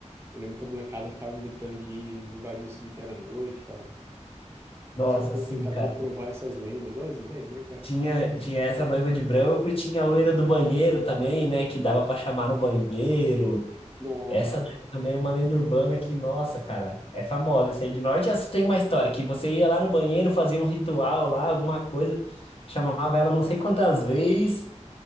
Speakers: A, on the right; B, on the left.
A: eu lembro que a molecada ficava inventando de invadir o cemitério à noite pra
B: Nossa,
A: co-
B: sim,
A: tentar
B: cara.
A: comprovar essas lendas. Olha as ideias, né, cara?
B: Tinha, tinha essa noiva de branco e tinha a loira do banheiro também, né? Que dava para chamar no banheiro.
A: No-
B: Essa daí também é uma lenda urbana que, nossa, cara, é famosa. Essa aí de norte a sul tem uma história que você ia lá no banheiro, fazia um ritual lá, alguma coisa, chamava ela não sei quantas vezes,